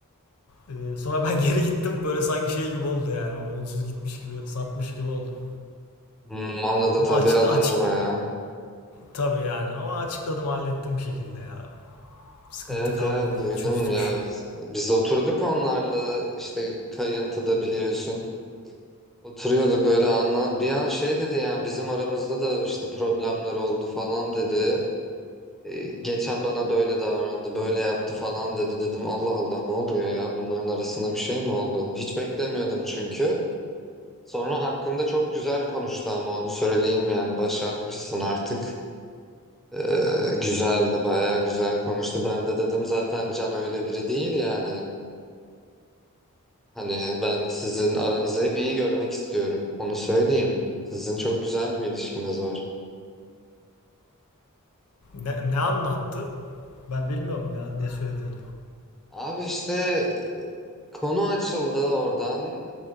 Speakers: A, on the left; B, in the centre.
A: Eee, sonra ben <laughs> geri gittim böyle sanki şey gibi oldu yani onsuz gitmiş gibi satmış gibi oldum.
B: Hmm, ona da
A: Ama
B: tabii
A: açık,
B: alındı
A: açık
B: bayağı.
A: Tabii yani ama açıkladım hallettim bir şekilde ya. Sıkıntı
B: Evet
A: kalmadı
B: evet
A: yeri
B: duydum
A: çözdük.
B: ya. Biz, biz oturduk onlarla işte kayıntıda biliyorsun. Oturuyorduk öyle anla. Bir an şey dedi yani bizim aramızda da işte problemler oldu falan dedi. Ee, geçen bana böyle davrandı, böyle yaptı falan dedi. Dedim Allah Allah ne oluyor ya? Bunların arasında bir şey mi oldu? Hiç beklemiyordum çünkü. Sonra hakkında çok güzel konuştu ama onu söyleyeyim yani başarmışsın artık. Ee, güzeldi bayağı güzel konuştu. Ben de dedim zaten Can öyle biri değil yani. Hani ben sizin aranızı hep iyi görmek istiyorum. Onu söyleyeyim. Sizin çok güzel bir ilişkiniz var.
A: Ne, ne anlattı? Ben bilmiyorum ya ne söylediğini.
B: Abi işte konu açıldı oradan.